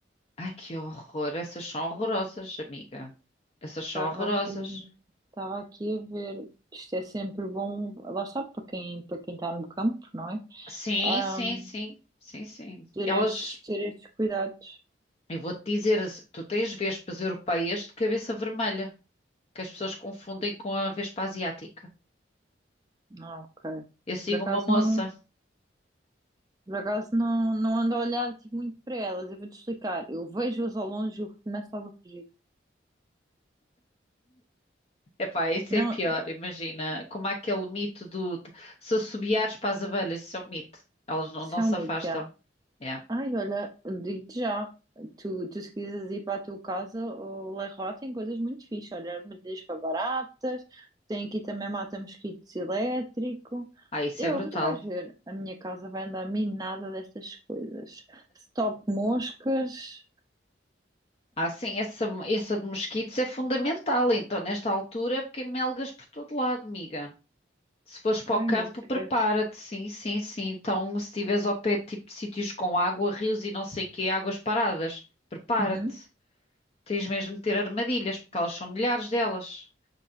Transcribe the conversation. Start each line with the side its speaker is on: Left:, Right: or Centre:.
Left: Ai, que horror! Essas são horrorosas, amiga. Essas são
Right: Estava
Left: horrorosas.
Right: aqui, estava aqui a ver. Isto é sempre bom, lá está, para quem, para quem está no campo, não é?
Left: Sim, sim,
Right: Hum,
Left: sim, sim, sim.
Right: ter
Left: Elas,
Right: estes, ter estes cuidados.
Left: eu vou-te dizer, as- tu tens vespas europeias de cabeça vermelha, que as pessoas confundem com a vespa asiática.
Right: Ah, ok.
Left: Eu sigo
Right: Por acaso
Left: uma moça.
Right: não, por acaso não, não ando a olhar tipo, muito para elas. Eu vou-te explicar. Eu vejo-as ao longe e eu começo logo a fugir.
Left: Epá, isso
Right: Não,
Left: é pior, imagina. Como há aquele mito do se assobiares para as abelhas, isso é um mito. Elas não,
Right: isso
Left: não se
Right: é um
Left: afastam.
Right: mito, já.
Left: É.
Right: Ai, olha, digo-te já. Tu, tu se quiseres ir para a tua casa, o Leroy tem coisas muito fixas. Olha, armadilhas para baratas. Tem aqui também mata-mosquitos elétrico.
Left: Ah, isso
Right: Eu,
Left: é brutal.
Right: tu vais ver. A minha casa vai andar minada destas coisas. Stop moscas.
Left: Ah, sim, essa, essa de mosquitos é fundamental, então, nesta altura, porque há melgas por todo lado, amiga. Se fores para
Right: Ai,
Left: o campo,
Right: esquece.
Left: prepara-te, sim, sim, sim. Então, se estiveres ao pé de tipo de sítios com água, rios e não sei quê, águas paradas, prepara-te.
Right: Uhum.
Left: Tens mesmo de ter armadilhas, porque elas são milhares delas.